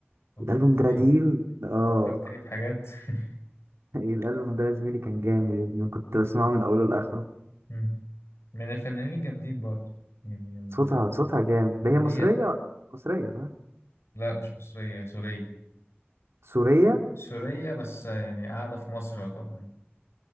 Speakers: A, on the left (about 80°); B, on the right (about 80°).
A: فكرتني
B: الالبوم ده قديم
A: ب-
B: اه
A: فكرتني بحاجات <laughs>
B: <laughs> الالبوم ده يا زميلي كان جامد يا ابني كنت
A: مم.
B: بسمعه من اوله لاخره
A: مم. من الفنانين الجامدين برضه يعني ال-
B: صوتها صوتها جامد
A: اللي
B: ده هي مصريه
A: هي
B: ولا مصريه صح
A: لا مش مصرية هي سورية
B: سوريه
A: سورية بس يعني قاعدة في مصر طبعا